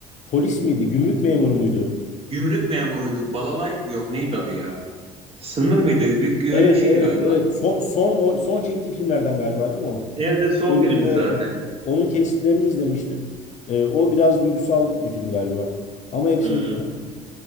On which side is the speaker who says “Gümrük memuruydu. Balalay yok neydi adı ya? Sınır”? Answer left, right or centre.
Right